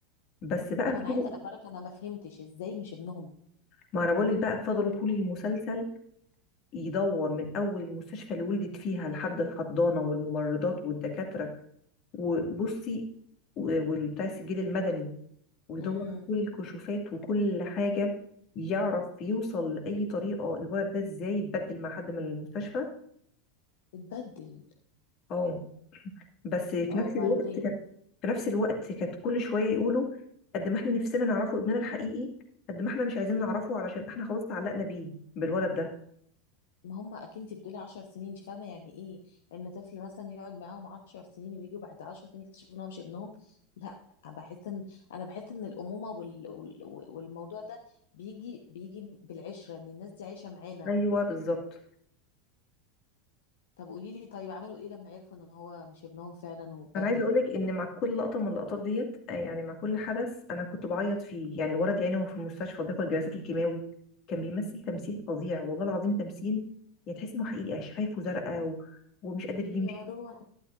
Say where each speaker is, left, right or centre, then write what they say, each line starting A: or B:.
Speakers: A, on the left (about 45°); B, on the left (about 70°).
A: بس بقى
B: طب انا
A: طول
B: عايزه اخبرك انا ما فهمتش ازاي مش ابنهم
A: ما انا بقول لك بقى فضلوا طول المسلسل يدور من اول المستشفى اللي ولدت فيها لحد الحضانه والممرضات والدكاتره وبصي و- والبتاع السجل المدني ويدور
B: امم
A: في كل الكشوفات وكل حاجة يعرف يوصل لأي طريقة الولد ده ازاي يتبدل مع حد من المستشفى
B: اتبدل
A: اه بس في
B: اه
A: نفس
B: وبعدين
A: الوقت كانت في نفس الوقت كانت كل شوية يقولوا قد ما احنا نفسنا نعرفه ابننا الحقيقي قد ما احنا مش عايزين نعرفه علشان احنا خلاص تعلقنا بيه بالولد ده
B: ما هم اكيد انت بتقولي 10 سنين انت فاهمه يعني ايه ان طفل مثلا يقعد معاهم 10 سنين ويجوا بعد 10 سنين يكتشفوا ان هو مش ابنهم لا بحس ان انا بحس ان الامومه وال... وال... والموضوع ده بيجي بيجي بالعشره ان الناس دي عايشه معانا
A: ايوه بالظبط
B: طب قولي لي طيب عملوا ايه لما عرفوا ان هو مش ابنهم فعلا واتبدل
A: انا عايزه اقولك ان مع كل لقطه من اللقطات ديت آه، يعني مع كل حدث انا كنت بعيط فيه يعني الولد يعني هو في المستشفى بياخد جلسات الكيماوي كان بيمثل تمثيل فظيع والله العظيم تمثيل يعني تحس انه حقيقه شفايفه زرقاء و... ومش قادر يمشي
B: يا روح